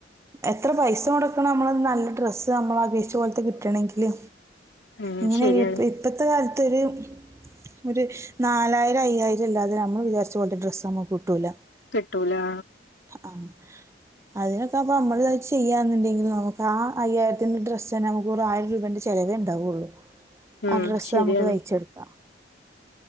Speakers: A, on the right; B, on the left.
A: എത്ര പൈസ മൊട ക്കണം നമ്മള് നല്ല ഡ്രസ്സ് നമ്മള അപേക്ഷിച്ച പോലത്തെ കിട്ടണങ്കില്
B: ഉം
A: ഇങ്ങനെയല്ല
B: ശരിയാണ്
A: ഇപ്പ ഇപ്പത്തെ കാല ത്തൊരു ഒരു നാലായിരം അയ്യായിരം ഇല്ലാതെ നമ്മള് വിചാരിച്ച പോല ഡ്രസ്സ് നമ്മുക്ക് കിട്ടൂല
B: കിട്ടൂല
A: ആഹ് അതിനൊക്കെ അപ്പ നമ്മൾ ചെയ്യാ ന്നുണ്ടെങ്കിൽ നമുക്ക് ആ അയ്യായിരത്തിന്റെ ഡ്രസ്സ് തന്നെ നമുക്ക് വെറും ആയിരം രൂപേന്റെ ചെലവേ ഇണ്ടാവുള്ളു
B: ഉം
A: അഹ് ഡ്രസ്സ്
B: ശരിയാണ്
A: നമുക്ക് തയ്ച്ചെടുക്കാം